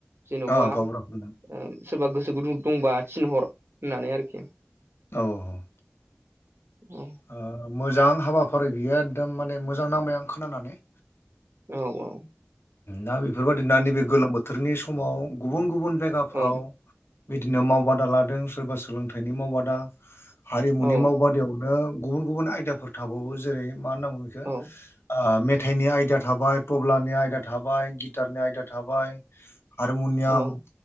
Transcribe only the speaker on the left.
अ गाव रावखौनो
औ
ओ मोजां हाबाफारि बियो एखदम माने मोजां नांबाय आं खोनानानै
दा बेफोरबायदि नैबे गोलोम बोथोरनि समाव गुबुन गुबुन जायगाफ्राव
बिदिनो मावबादा लादों सोरबा सोलोंथाइनि मावबादा हारिमुनि
मावबादायावनो गुबुन गुबुन आयदाफोर थाबावो जेरै मा होनना बुङो बेखौ
मेथाइनि आयदा थाबाय थ'ब्लानि आयदा थाबाय गिटारनि आयदा थाबाय हारमुनियाम